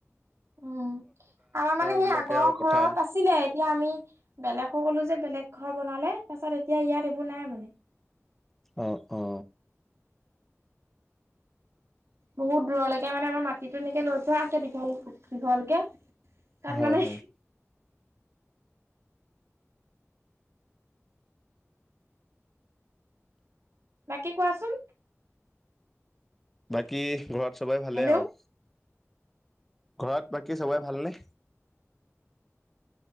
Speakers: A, on the right (about 60°); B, in the centre.
A: উম আমাৰ মানে সেই
B: বিলাকে
A: আগৰ
B: আৰু
A: ঘৰত
B: পথাৰ
A: আছিলে এতিয়া আমি বেলেগো হলো যে বেলেগ ঘৰ বনালে তাৰ পিছত এতিয়া ইয়াত এইবোৰ নাই মানে।
B: অ অ
A: বহুত দূৰলৈকে মানে আমাৰ মাটিতো এনেকে লৈ থোৱা আছেে দীঘল দীঘলকে তাত
B: হয়
A: মানে
B: হয়
A: বাকী কোৱাচোন।
B: বাকী ঘৰত। চবৰে ভালেই
A: হেল্ল'
B: আৰু। ঘৰত বাকী চবৰে ভালনে?